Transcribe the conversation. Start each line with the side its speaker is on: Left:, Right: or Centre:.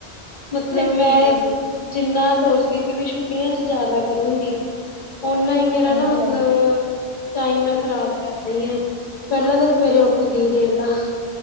Left: ਮਤਲਬ
Right: ਠੀਕ
Left: ਮੈਂ
Right: ਹੈ ਜੀ
Left: ਜਿੰਨਾ ਸੋਚਦੀ ਸੀ ਵੀ ਛੁੱਟੀਆਂ 'ਚ ਜਾਦਾ ਕਰੂੰਗੀ। ਓਨਾ ਹੀ ਮੇਰਾ
Right: ਹਾਂਜੀ
Left: ਨਾ ਮਤਲਬ
Right: ਹਾਂਜੀ
Left: ਟਾਈਮ ਮੈਂ ਖ਼ਰਾਬ ਕਰ ਰਈ ਆਂ ਪਹਿਲਾਂ ਤਾਂ ਸਵੇਰੇ ਉੱਠਦੀ ਰੇਟ ਆ